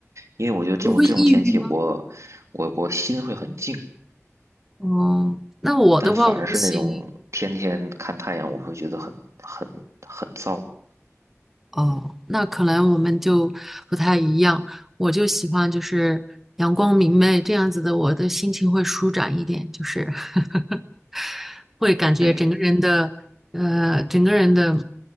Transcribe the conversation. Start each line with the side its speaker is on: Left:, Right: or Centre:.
Right: 因为我觉得这种这种天气我，
Centre: 我会抑郁吗？
Right: 我我心会很静，
Centre: 哦，那我的话我不行
Right: 但反而是那种天天看太阳，我会觉得很很很燥。
Centre: 哦，那可能我们就不太一样。我就喜欢就是阳光明媚这样子的，我的心情会舒展一点，就是 <laughs> 会感觉整个人的呃，
Right: 对，
Centre: 整个人的